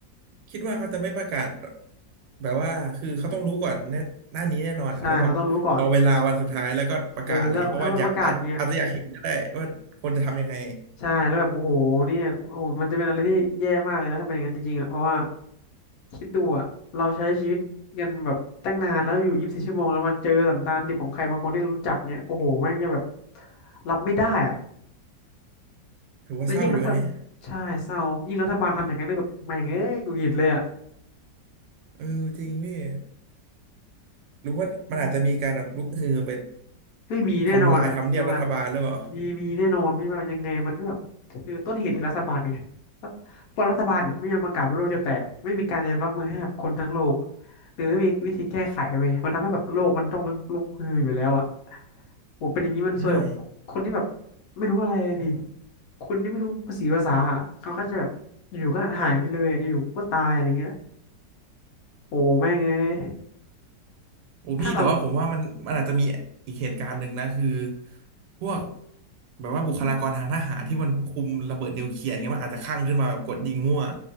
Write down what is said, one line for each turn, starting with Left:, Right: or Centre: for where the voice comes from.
Right: คิดว่าเขาจะไม่ประกาศแบบว่าคือเขาต้องรู้ก่อนแน่หน้านี้แน่นอนอ่ะแล้วแบบรอเวลาวันสุดท้ายแล้วก็ประกาศเลย
Left: ใช่เขาต้องรู้ก่อนเออแล้วแล้วมันประกาศเงี้ย
Right: เพราะว่าอยากอาจอาจจะอยากเห็นก็ได้ว่าคนจะทำยังไง
Left: ใช่แล้วแบบโอ้โหเนี่ยโอ้โหมันจะเป็นอะไรที่แย่มากเลยนะถ้าเป็นอย่างนั้นจริงๆอ่ะเพราะว่าคิดดูอ่ะเราใช้ชีวิตกันแบบตั้งนานแล้วอยู่ยี่สิบสี่ชั่วโมงแล้วมาเจอสันดานดิบของใครบางคนที่เรารู้จักเนี้ยโอ้โหแม่งจะแบบรับไม่ได้อ่ะ
Right: ถือว่าเศร้าอยู่นะเนี่ย
Left: แล้วยิ่งรัฐใช่เศร้ายิ่งรัฐบาลทำอย่างนั้นได้แบบแม่งเอ้ยหงุดหงิดเลยอ่ะ
Right: เออจริงพี่หรือว่ามันอาจจะมีการแบบลุกฮือไป
Left: อืม ไม่มีแน่นอนอ่ะพี่ว่า
Right: ทำลายทำเนียบรัฐบาลหรือเปล่า
Left: มีมีแน่นอนพี่ว่ายังไงมันก็แบบคือต้นเหตุคือรัฐบาลไงรัฐเพราะรัฐบาลเนี่ยไม่ยอมประกาศว่าโลกจะแตกไม่มีการเตรียมรับมือให้กับคนทั้งโลกหรือไม่มีวิธีแก้ไขเว้ยมันทำให้แบบโลกมันต้องลุกลุกฮืออยู่แล้วอ่ะโหเป็นอย่างนี้มันซวยกับคนที่แบบ
Right: ใช่
Left: ไม่รู้อะไรเลยดิคนที่ไม่รู้ภาษีภาษาอะเขาก็จะแบบอยู่ก็หายไปเลยอะอยู่ๆก็ตายอะไรเงี้ยโอ้แม่งเอ้ย
Right: โอ้พี่แต่ว่าผมว่ามันมันอาจจะมีอีกเหตุการณ์หนึ่งนะคือ
Left: ถ้าเรา
Right: พวกแบบว่าบุคลากรทางทหารที่มันคุมระเบิดนิวเคลียร์อย่างเงี้ยมันอาจจะคลั่งขึ้นมาแบบกดยิงมั่ว